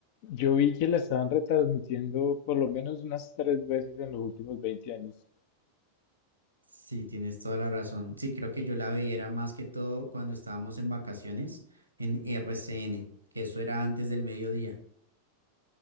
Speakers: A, on the left; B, on the right.
A: Yo vi que la estaban retransmitiendo por lo menos unas tres veces en los últimos veinte años.
B: Sí, tienes toda la razón. Sí, creo que yo la veía era más que todo cuando estábamos en vacaciones en RCN, que eso era antes del mediodía.